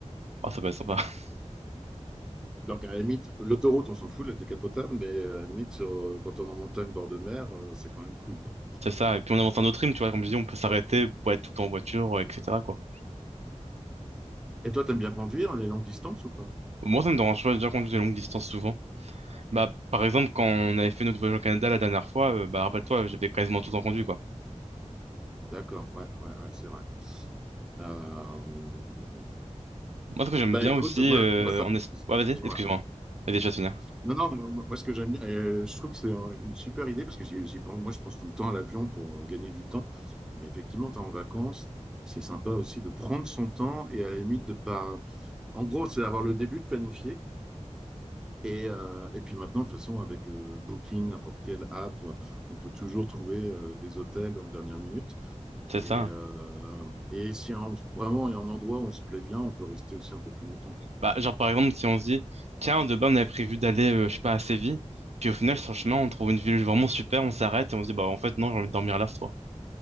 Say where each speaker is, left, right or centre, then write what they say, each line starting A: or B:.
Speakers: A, on the right; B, in the centre.
A: oh, ça peut être sympa. <laughs>
B: Donc, à la limite, l'autoroute, on s'en fout, les décapotables, mais euh, à la limite, sur- quand on est en montagne, bord de mer, euh, c'est quand même cool, quoi.
A: C'est ça. Et puis on avance un autre rythme, tu vois, comme je dis, on peut s'arrêter pour être tout le temps en voiture, euh, etc. quoi.
B: Et toi, t'aimes bien conduire les longues distances ou pas?
A: Moi, ça me dérange pas j'ai déjà conduire des longues distances souvent. Bah, par exemple, quand on avait fait notre voyage au Canada la dernière fois, euh, bah, rappelle-toi, j'avais quasiment tout le temps conduit, quoi.
B: D'accord, ouais, ouais, ouais, c'est vrai. Euh,
A: Moi, ce que j'aime
B: Bah
A: bien
B: écoute,
A: aussi,
B: moi,
A: euh,
B: moi ça...
A: en es- Ouais, vas-y,
B: Dis-moi.
A: excuse-moi. Vas-y, je vais te finir.
B: Non, non, moi, moi, ce que j'aime, euh, je trouve que c'est euh, une super idée parce que j'y, j'y pense- moi, je pense tout le temps à l'avion pour euh, gagner du temps. Mais effectivement, tu es en vacances, c'est sympa aussi de prendre son temps et à la limite de pas. En gros, c'est d'avoir le début de planifier. Et, euh, et puis maintenant, de toute façon, avec euh, Booking, n'importe quelle app, on peut toujours trouver euh, des hôtels en dernière minute.
A: C'est
B: Et,
A: ça.
B: euh, et si un- vraiment il y a un endroit où on se plaît bien, on peut rester aussi un peu plus longtemps, quoi.
A: Bah, genre, par exemple, si on se dit, tiens, de base, on avait prévu d'aller, euh, je sais pas, à Séville, puis au final, sur le chemin,
B: Oui,
A: on trouve une ville vraiment super, on s'arrête et on se dit, bah, en fait, non, j'ai envie de dormir là ce soir.